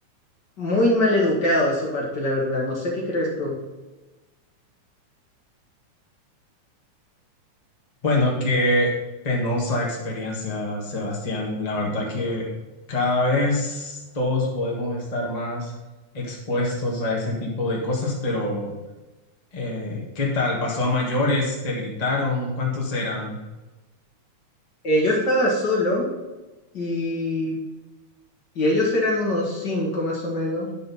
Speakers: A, on the left; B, on the left.
A: muy mal educado de su parte, la verdad. No sé qué crees tú.
B: Bueno, qué penosa experiencia, Sebastián. La verdad que cada vez todos podemos estar más expuestos a ese tipo de cosas, pero eh, ¿qué tal? ¿Pasó a mayores? ¿Te gritaron? ¿Cuántos eran?
A: Eh, yo estaba solo y, y ellos eran unos cinco más o menos.